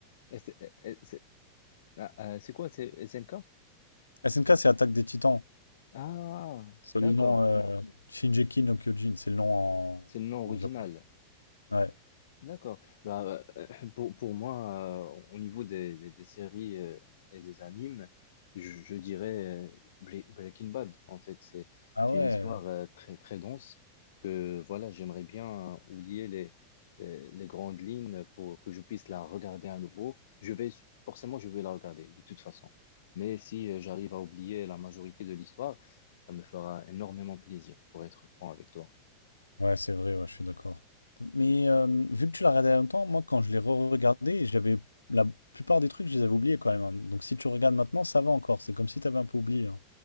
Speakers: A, on the left; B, on the left.
A: Et C'est et c'est- ah, euh, c'est quoi? C'est SNK?
B: SNK, c'est Attaque des Titans.
A: Ah,
B: C'est
A: d'accord.
B: le nom euh, Shinjeki no Kyojin, c'est le nom en,
A: C'est le nom original.
B: en japonais. Ouais.
A: D'accord. Bah, euh, pour, pour moi, euh, au niveau des, des, des séries euh, et des animes, je, je dirais euh, Bre- Breaking Bad. En fait, c'est
B: Ah
A: c'est
B: ouais.
A: une histoire euh, très, très dense que voilà, j'aimerais bien euh, oublier les, les, les grandes lignes pour que je puisse la regarder à nouveau. Je vais, forcément, je vais la regarder de toute façon. Mais si euh, j'arrive à oublier la majorité de l'histoire, ça me fera énormément plaisir, pour être franc avec toi.
B: Ouais, c'est vrai, ouais, je suis d'accord. Mais euh, vu que tu l'as regardé il y a longtemps, moi, quand je l'ai re-regardé, j'avais la plupart des trucs, je les avais oubliés quand même. hein. Donc, si tu regardes maintenant, ça va encore. C'est comme si tu avais un peu oublié. hein.